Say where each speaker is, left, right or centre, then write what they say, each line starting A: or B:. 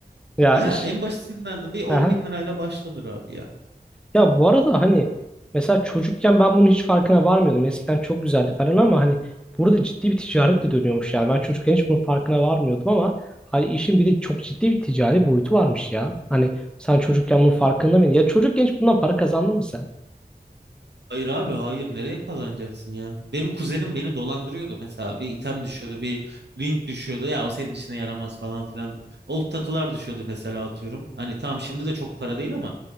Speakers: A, in the centre; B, on the right (about 85°).
A: Ya
B: Ya
A: iş.
B: en basitinden bir 10
A: Aha.
B: bin lirayla başlanır abi ya.
A: Ya bu arada hani mesela çocukken ben bunun hiç farkına varmıyordum. Eskiden çok güzeldi falan ama hani burada ciddi bir ticaret de dönüyormuş yani. Ben çocukken hiç bunun farkına varmıyordum ama hani işin bir de çok ciddi bir ticari boyutu varmış ya. Hani sen çocukken bunun farkında mıydın? Ya çocukken hiç bundan para kazandın mı sen?
B: Hayır abi hayır nereye kazanacaksın ya? Benim kuzenim beni dolandırıyordu mesela bir item düşüyordu bir link düşüyordu ya o senin işine yaramaz falan filan. Old takılar düşüyordu mesela atıyorum. Hani tamam şimdi de çok para değil ama